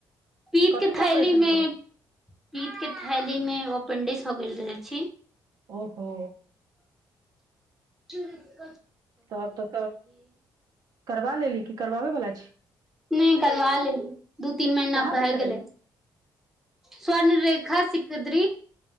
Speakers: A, in the centre; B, on the right (about 55°).
A: पीत
B: कथी
A: के थैली
B: ऑपरेशन
A: मे
B: करै
A: पीत के थैली मे। एपेंडिक्स हो गेल छी।
B: ओहो।
A: च
B: त आब त करबा लेली कि करबाबै वलाा छी।
A: नहि करवा ले। दू तीन महिना।
B: कहाँ
A: ल
B: से
A: गेल
B: करेले
A: गेलै। स्वर्ण रेखा सिकद्री।